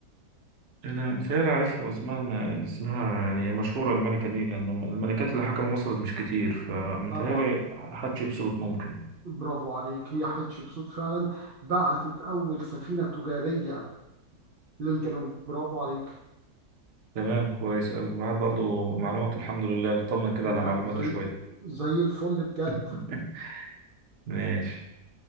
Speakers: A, on the right; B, on the right.
A: أنا متهيألي عارفها واسمها ما اسمها يعني مشهورة الملكة دي لأن الملكات اللي حكموا مصر مش كتير فمتهيألي
B: طبعا
A: حتشبسوت ممكن
B: برافو عليك هي حتشبسوت فعلا بعتت أول سفينة تجارية للجنوب برافو عليك
A: تمام كويس أوي الواحد برضو معلوماته الحمد لله اطمن كده
B: لا
A: على معلوماته
B: زي
A: شوية
B: زي الفل بجد
A: <laughs> ماشي